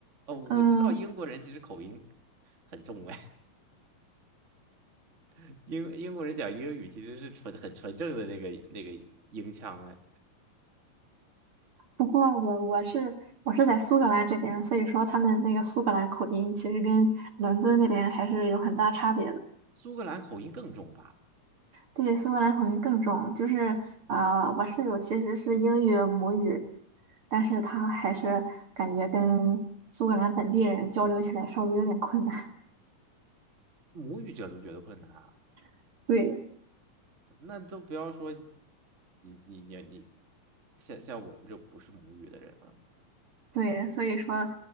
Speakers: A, on the right; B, on the right.
A: 哦，我知道英国人其实口音
B: <laughs> 嗯。
A: 很重哎，<laughs> 英英国人讲英语其实是纯很纯正的那个那个英腔哎，
B: 不过我我是我是在苏格兰这边，所以说他们那个苏格兰口音其实跟伦敦那边还是有很大差别的。
A: 苏格兰口音更重吧？
B: 对，苏格兰口音更重，就是呃，我室友其实是英语母语，但是他还是感觉跟苏格兰本地人交流起来稍微有点困难。
A: 母语者都觉得困难啊，
B: <laughs> 对
A: 那都不要说你你你你，像像我们这种不是母语的人了。
B: 对，所以说